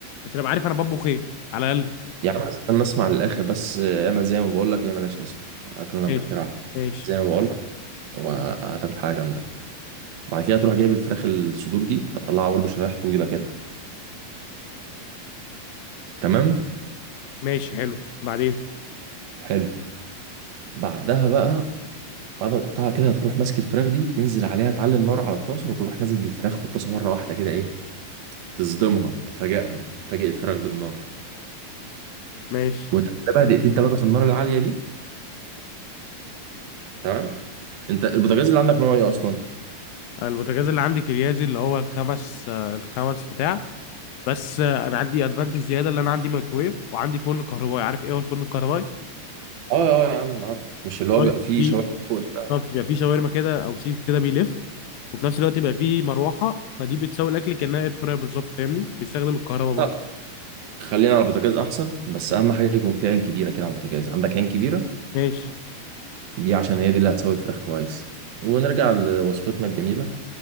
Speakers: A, on the left; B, on the right.
A: عشان ابقى عارف انا بطبخ ايه على الاقل
B: يا عم استنى اسمع للآخر بس آه، اعمل زي ما بقول لك هي ملهاش اسم أكلنا
A: ماشي
B: مخترعة
A: ماشي
B: زي ما بقول لك وهتاكل حاجة جامدة بعد كده تروح جايب الفراخ الصدور دي هتطلعها برضه شرايح طويلة كده تمام؟
A: ماشي حلو بعدين
B: حلو بعدها بقى بعد ما تقطعها كده هتروح ماسك الفراخ دي تنزل عليها تعلي النار على الطاسه وتروح نازل بالفراخ في الطاسه مره واحده كده ايه تصدمها تفاجئها تفاجئ الفراخ بالنار
A: ماشي
B: وتقلبها دقيقتين ثلاثه في النار العاليه دي تمام انت البوتاجاز اللي عندك نوع ايه اصلا
A: البوتاجاز اللي عندي كريازي اللي هو الخمس آه، الخمس بتاع بس آه، انا عندي ادفانتج زياده اللي انا عندي مايكرويف وعندي فرن كهربائي عارف ايه هو الفرن الكهربائي
B: اه اه يا عم عارف مش اللي هو
A: طيب
B: بيبقى فيه
A: في
B: شوايه فوق ده
A: طب يبقى في شاورما كده او سيخ كده بيلف وفي نفس الوقت يبقى في مروحه فدي بتساوي الاكل كانها اير فراير بالظبط فاهمني بيستخدم الكهرباء برضه
B: لا لا خلينا على البوتاجاز احسن بس اهم حاجه يكون في عين كبيره كده على البوتاجاز عندك عين كبيره
A: ماشي
B: دي عشان هي دي اللي هتسوي الفراخ كويس ونرجع لوصفتنا الجميله